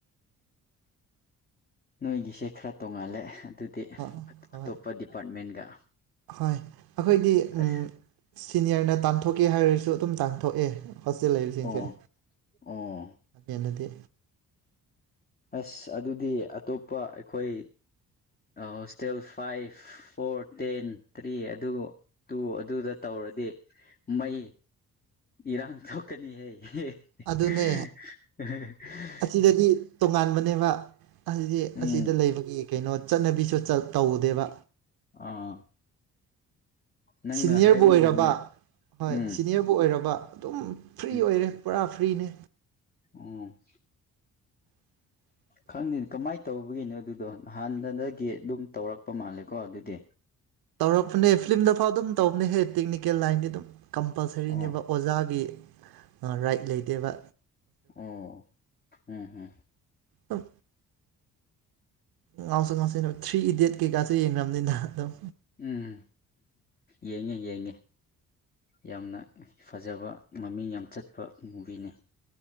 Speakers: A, on the left; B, on the right.
A: ꯅꯣꯏꯒꯤꯁꯦ ꯈꯔ ꯇꯣꯡꯉꯥꯜꯂꯦ ꯑꯗꯨꯗꯤ
B: ꯑ ꯍꯣꯏ
A: ꯑꯇꯣꯞꯄ ꯗꯤꯄꯥꯔꯠꯃꯦꯟꯒ
B: ꯍꯣꯏ ꯑꯩꯈꯣꯏꯗꯤ
A: ꯑꯁ
B: ꯎꯝ ꯁꯤꯅꯤꯌꯔꯅ ꯇꯥꯟꯊꯣꯛꯀꯦ ꯍꯥꯏꯔꯁꯨ ꯑꯗꯨꯝ ꯇꯥꯟꯊꯣꯛꯑꯦ ꯍꯣꯁꯇꯦꯜ ꯂꯩꯕꯁꯤꯡꯁꯦ
A: ꯑꯣ ꯑꯣ
B: ꯌꯥꯅꯗꯦ
A: ꯑꯁ ꯑꯗꯨꯗꯤ ꯑꯇꯣꯞꯄ ꯑꯩꯈꯣꯏ hostel five four ten three ꯑꯗꯨꯕꯨ ꯇꯨ ꯑꯗꯨꯗ ꯇꯧꯔꯗꯤ ꯃꯩ ꯏꯔꯥꯡ ꯊꯣꯛꯀꯅꯤꯍꯦ <unintelligible>
B: ꯑꯗꯨꯅꯦ ꯑꯁꯤꯗꯗꯤ ꯇꯣꯉꯥꯟꯕꯅꯦꯕ ꯍꯥꯏꯗꯤ
A: ꯎꯝ
B: ꯑꯁꯤꯗ ꯂꯩꯕꯒꯤ ꯀꯩꯅꯣ ꯆꯠꯅꯕꯤꯁꯨ ꯇꯧꯗꯦꯕ
A: ꯑꯥ ꯅꯪꯅ
B: ꯁꯤꯅꯤꯌꯔꯕꯨ
A: ꯍꯥꯏꯕꯒꯨꯝꯅ
B: ꯑꯣꯏꯔꯕ ꯍꯣꯏ
A: ꯎꯝ
B: ꯁꯤꯅꯤꯌꯔꯕꯨ ꯑꯣꯏꯔꯕ ꯑꯗꯨꯝ ꯐ꯭ꯔꯤ
A: ꯎꯝ
B: ꯑꯣꯏꯔꯦ ꯄꯨꯔꯥ ꯐ꯭ꯔꯤꯅꯦ
A: ꯎꯝ
B: <inaudible>
A: ꯈꯪꯗꯦꯅꯦ ꯀꯃꯥꯏꯅ ꯇꯧꯕꯒꯤꯅꯣ ꯑꯗꯨꯗꯣ ꯍꯍꯥꯟꯅꯗꯒꯤ ꯑꯗꯨꯝ ꯇꯧꯔꯛꯄ ꯃꯥꯜꯂꯦꯀꯣ ꯑꯗꯨꯗꯤ
B: ꯇꯧꯔꯛꯄꯅꯦ ꯐꯤꯂꯝꯗꯐꯥꯎ ꯑꯗꯨꯝ ꯇꯧꯕꯅꯦꯍꯦ ꯇꯦꯛꯅꯤꯀꯦꯜ ꯂꯥꯏꯟꯗꯤ ꯑꯗꯨꯝ ꯀꯝꯄꯜꯁꯔꯤꯅꯦꯕ
A: ꯑꯣ
B: ꯑꯣꯖꯥꯒꯤ ꯔꯥꯏꯠ ꯂꯩꯗꯦꯕ
A: ꯑꯣ ꯎꯝ ꯎꯝ
B: ꯑꯗꯨꯝ ꯉꯥꯎꯁꯨ ꯉꯥꯎꯁꯅꯦ ꯊ꯭ꯔꯤ ꯏꯗꯤꯌꯠ ꯀꯩꯀꯥꯁꯨ ꯌꯦꯡꯔꯝꯅꯤꯅ ꯑꯗꯨꯝ
A: ꯎꯝ ꯌꯦꯡꯉꯦ ꯌꯦꯡꯉꯦ ꯌꯥꯝꯅ ꯐꯖꯕ ꯃꯃꯤꯡ ꯌꯥꯝ ꯆꯠꯄ ꯃꯨꯚꯤꯅꯤ